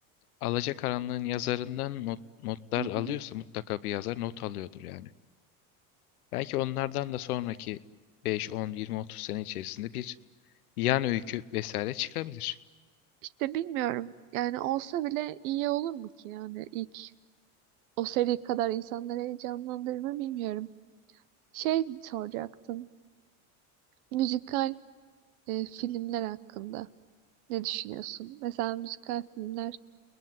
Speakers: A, on the left; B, on the right.
A: Alacakaranlığın yazarından not, notlar
B: Hı
A: alıyorsa
B: hı.
A: mutlaka bir yazar not alıyordur yani. Belki onlardan da sonraki 5, 10, 20, 30 sene içerisinde bir yan öykü vesaire çıkabilir.
B: İşte bilmiyorum. Yani olsa bile iyi olur mu ki yani ilk O seri kadar insanları heyecanlandırır mı bilmiyorum. Şey soracaktım. Müzikal e, filmler hakkında ne düşünüyorsun? Mesela müzikal filmler